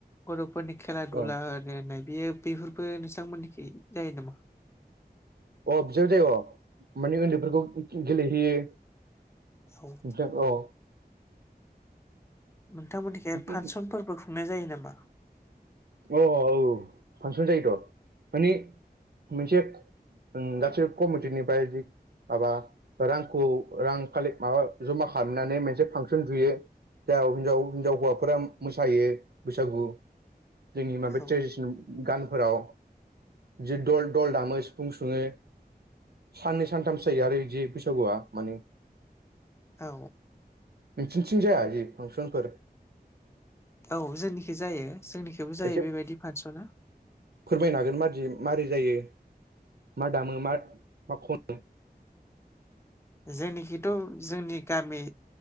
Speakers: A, on the left (about 15°); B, on the right (about 70°).
A: गथ'फोरनि खेला दुला
B: अ
A: नायनाय बेयो बेफोरबो नोंसांमोननिखि जायो नामा?
B: अ बिसा जायो अ माने उन्दैफोरखौ गेलेहैयो।
A: औ
B: जों औ।
A: नोंथां मोननिखाय आरो फांसनफोरबो
B: अ
A: खुंनाय जायो नामा?
B: अ अ औ फांसन जायोथ' माने मोनसे ओं गासैबो कमिटिनिफ्राय जि माबा रांखौ रां कालेक्ट माबा जमा खालामनानै मोनसे फांसन जुयो। जाव हिनजाव हिनजाव हौवाफोरा मोसायो बैसागु जोंनि माबा
A: औ
B: ट्रेडिसनेल गानफोराव जि दल दल दामो सिफुं सुङो। साननै सानथामसो जायो आरो इदि बैसागुआ माने
A: औ।
B: नोंसिनिथिं जाया जि फांसनफोर
A: औ जोंनिखि जायो जोंनिखिबो जायो
B: एसे
A: बेबायदि फांसना
B: फोरमायनो हागोन मारदि मारै जायो मा दामो मा खनो
A: जोंनिखिथ' जोंनि गामि